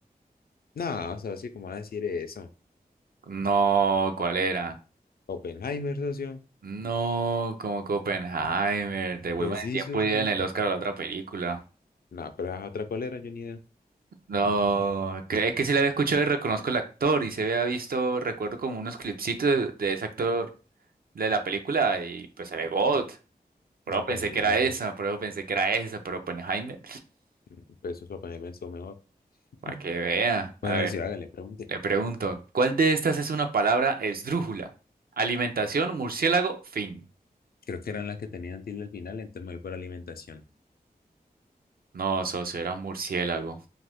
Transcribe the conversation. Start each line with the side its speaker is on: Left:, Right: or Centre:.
Left: No, o socio, ¿cómo va a decir eso?
Right: No, ¿cuál era?
Left: Oppenheimer, socio.
Right: No, como Oppenheimer, Devuelvan
Left: Pues sí,
Right: el tiempo
Left: socio.
Right: y en el Oscar a la otra película.
Left: No, pero es otra colera, yo ni idea.
Right: No, creo que sí la había escuchado y reconozco el actor y se había visto, recuerdo como unos clipsitos de, de ese actor de la película y pues se ve God. Pero
Left: No,
Right: pensé
Left: pues ni
Right: que
Left: idea,
Right: era esa,
Left: socio.
Right: pero pensé que era esa, pero Oppenheimer.
Left: Mm, Pues socio, Oppenheimer estuvo mejor. <laughs>
Right: Para que vea.
Left: Bueno,
Right: A ver.
Left: socio, hágale, pregunte.
Right: Le pregunto, ¿cuál de estas es una palabra esdrújula? Alimentación, murciélago, fin.
Left: Creo que eran las que tenían tilde al final, entonces me voy por alimentación.
Right: No, socio, era un murciélago.